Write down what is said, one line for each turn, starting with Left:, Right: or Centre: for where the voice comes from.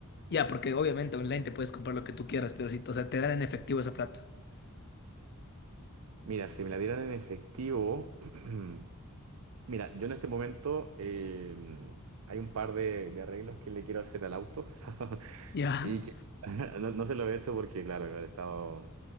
Left: ya, porque obviamente online te puedes comprar lo que tú quieras, pero si, o sea, te dan en efectivo esa plata. <laughs>
Right: Mira, si me la dieran en efectivo, <clears throat> Mira, yo en este momento eh, hay un par de, de arreglos que le quiero hacer al auto <laughs>
Left: Ya,
Right: y que <laughs> no, no se lo he hecho porque, claro, igual he estado,